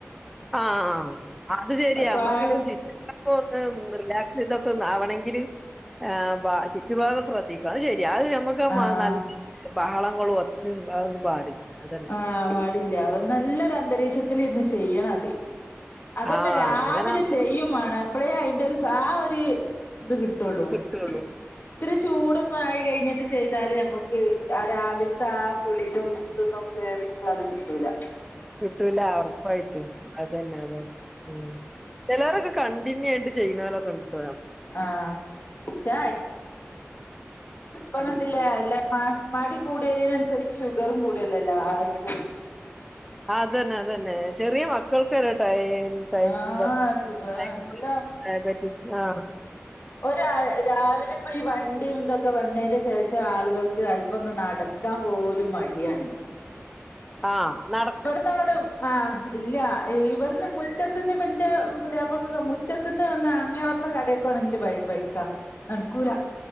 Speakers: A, in the centre; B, on the left (about 50°).
A: ആഹ അത് ശരിയാ
B: ഒരുപാട്
A: നമ്മുക്ക് ചി ക്ക ഒന്ന് റിലാക്സ് ചെയ്തൊക്കെ ഒന്നാവണമെങ്കില് ആഹ ചുറ്റുപാഗം ശ്രദ്ധിക്കണം ശരി അത് ഞമക്ക് ഓകെ
B: ആഹ്
A: വാണം നല്ല ബഹളങ്ങളും ഒച്ചണ്ടകനു പാടില്ല അ
B: ആ പാടില്ല നല്ലൊര അന്തരീക്ഷത്തി ഇരുന്ന് ചെയ്യണം അത് അതന്നെ
A: ആഹ്
B: രാവിലെ
A: അങ്ങനെ ആവുമ്പോ
B: ചെയ്യു വേണം അപളേ അയിന്റെ ഒരു സാ ഒരു ഇത് കിട്ടുള്ളൂ.
A: കിട്ടള്ളു
B: ഒത്തിരി ചൂട് ഒന്ന ആയി കഴിഞ്ഞിട്ട് ചെയ്താല് നമുക്ക് ആ രാവിലത്തെ ആ കുളിരും ഇതന്നും കേറി ത് കിട്ടൂല
A: കിട്ടില്ല ഉറപ്പായിട്ടും അതന്നെ ഉ ചിലരൊക്കെ കണ്ടിന്യു ആയിട്ട് ചെയ്യുന്നാലക്കെണ്ടിട്ട
B: ആഹ് പക്ഷെ
A: <unintelligible>
B: ഇപ്പ കണ്ടില്ലേ അല്ല മടി കൂടിയതിനനുസരിച്ച് ഷുഗറും കൂടിയല്ലേ എല്ലാർക്കും
A: അതന്നെ അതന്നെ ചെറിയ മക്കൾക്ക് വരെ ട്ടൈ
B: ആഹ്
A: <unintelligible>
B: ഷുഗർ നല്ല
A: ഡയബറ്റിസ് ആഹ
B: ഒ രാ രാവിലെ ഇപ്പൊ ഈ വണ്ടിയും ഇതൊക്കെ വന്നതിന് ശേഷം ആളുകൾക്ക് അല്പം ഒന്ന് നടക്കാൻ പോലും മടിയാണ്.
A: ആഹ നട
B: ഇവിടുതങ്ങാട് ആഹ ഇല്ല ഇവിടുന്ന് മുറ്റത്തിന്ന് പിന്റെ പുതിയപ്ലകോക്കെ മുറ്റത്തി നിന്ന് വന്ന് അങ്ങ ഇ കടയൊക്കെണെങ്കിൽ ബൈക്ക നടക്കൂല